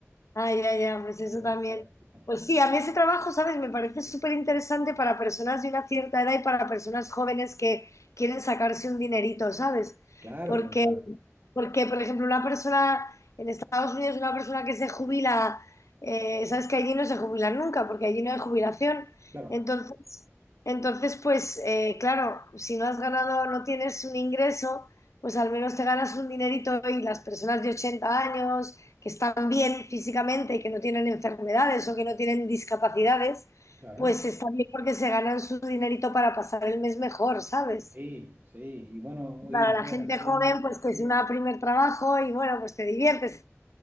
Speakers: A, on the left; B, on the right.
A: Ay, ya, ya, pues
B: Está
A: eso
B: muy-
A: también.
B: está muy España.
A: Pues sí, a mí ese trabajo, ¿sabes? Me parece súper interesante para personas de una cierta edad y para personas jóvenes que quieren sacarse un dinerito, ¿sabes?
B: Claro,
A: Porque,
B: pa-
A: porque, por ejemplo, una persona en Estados Unidos, una persona que se jubila, eh, ¿sabes? Que allí no se jubilan nunca, porque allí no hay jubilación.
B: claro,
A: Entonces, entonces pues, eh, claro, si no has ganado, no tienes un ingreso, pues al menos te ganas un dinerito y las personas de 80 años que están bien físicamente, que no tienen enfermedades o que no tienen discapacidades,
B: claro.
A: pues está bien porque se ganan su dinerito para pasar el mes mejor, ¿sabes?
B: Sí, sí, y bueno, hoy
A: Para
B: en día
A: la gente
B: también,
A: joven, pues que es un primer trabajo y bueno, pues te diviertes